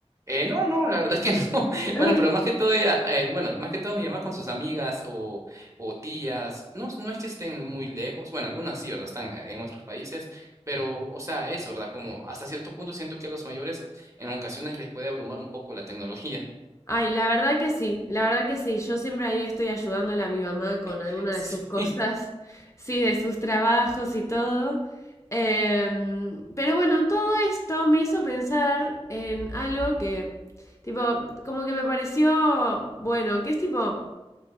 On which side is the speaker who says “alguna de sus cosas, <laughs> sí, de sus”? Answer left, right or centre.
Left